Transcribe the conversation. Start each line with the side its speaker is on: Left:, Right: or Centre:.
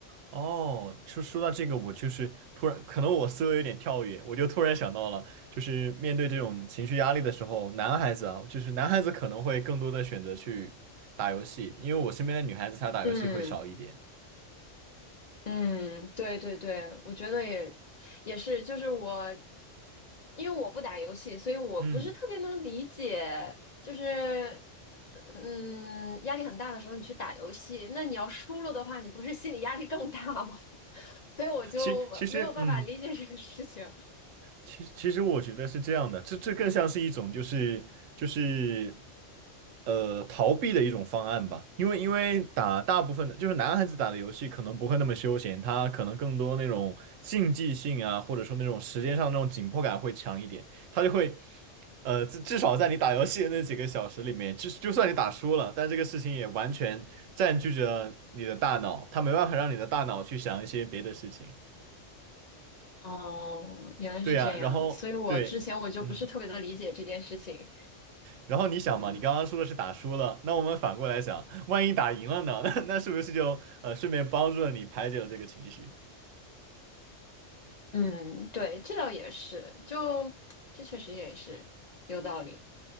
Right: 哦，就说到这个，我就是突然，可能我思维有点跳跃，我就突然想到了，就是面对这种情绪压力的时候，男孩子啊，就是男孩子可能会更多的选择去打游戏，因为我身边的女孩子她打游戏会少一点。
Left: 嗯，嗯，对对对，我觉得也也是，就是我，因为我不打游戏，所以我不是特别能理解，
Right: 嗯，
Left: 就是，嗯，压力很大的时候你去打游戏，那你要输了的话，你不是心理压力更大吗？<laughs> 所以我就没有办法理解这个事情。
Right: 其其实，嗯。其实，其实我觉得是这样的，这这更像是一种就是就是呃逃避的一种方案吧，因为因为打大部分的就是男孩子打的游戏可能不会那么休闲，他可能更多那种竞技性啊，或者说那种时间上那种紧迫感会强一点，他就会呃至至少在你打游戏的那几个小时里面，就就算你打输了，但这个事情也完全占据着你的大脑，他没办法让你的大脑去想一些别的事情，
Left: 哦，原来是这样，
Right: 对呀，然后对，
Left: 所以我之前我就不是特别的理解这件事情。
Right: 嗯。然后你想嘛，
Left: 嗯
Right: 你刚刚说的是打输了，那我们反过来想，万一打赢了呢？<laughs> 那那是不是就呃顺便帮助了你排解了这个情绪？
Left: 嗯，对，这倒也是，就这确实也是有道理。